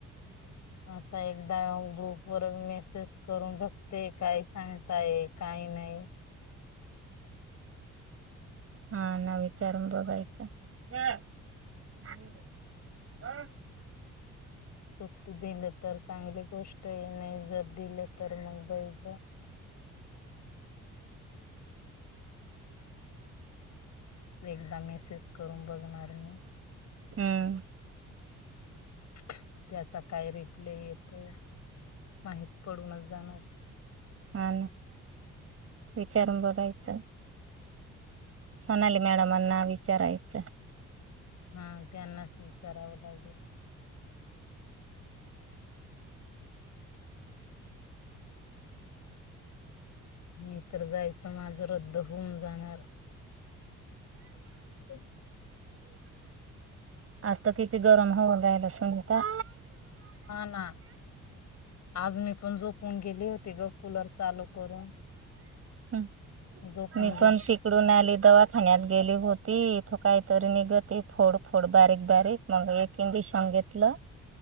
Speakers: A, on the left (about 65°); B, on the right (about 50°).
A: आता एकदा ग्रुप वर मेसेज करून बघते. काय सांगताय काही नाही. हो.
B: हा ना. विचारून बघायचं. हम् ह.
A: सुप -- दिलं तर चांगली गोष्ट ये नाही जर दिलं तर मग बैज एकदा मेसेज करून बघणार मी.
B: हम्म.
A: <inaudible> त्याचा काय रिप्लाय येतोय. माहित पडूनच जाणार.
B: हा विचारून बघायचं. सोनाली मॅडम अना विचारायचं.
A: हा त्यांनाच विचारावं लागेल. नाही तरर जायचं माझं रद्द होऊन जाणार. हम.
B: आज तर किती गरम होऊन राहिलं सुनीता.
A: हाना. आज मी पण झोपून गेले होते ग कुलर चालू करून.
B: ह.
A: झोपून
B: मी पण
A: गे
B: तिकडून आली दवाखान्यात गेली हो -- ती इथ काहीतरी निघत फोड फोड बारीक बारीक मग एक इंजिशन घेतलं.